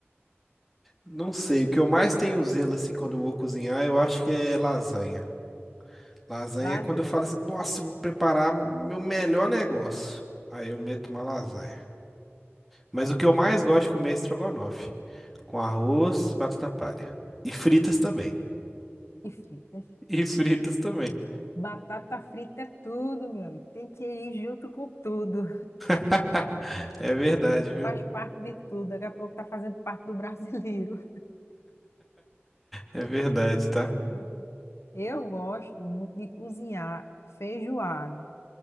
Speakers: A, in the centre; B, on the left.
A: não sei. O que eu mais tenho zelo assim quando eu vou cozinhar, eu acho que é lasanha. Lasanha
B: Lá
A: é quando eu falo assim, nossa, eu vou preparar meu melhor negócio. Aí eu meto uma lasanha. Mas o que eu mais gosto de comer é estrogonofe, com arroz e batata palha. E fritas também. <laughs>
B: e fritas.
A: E fritas também.
B: Batata frita é tudo, meu amigo. Tem que ir junto com tudo.
A: <laughs> É verdade, viu?
B: Faz parte de tudo. Daqui a pouco tá fazendo parte do brasileiro.
A: É verdade, tá?
B: <laughs> Eu gosto muito de cozinhar feijoada.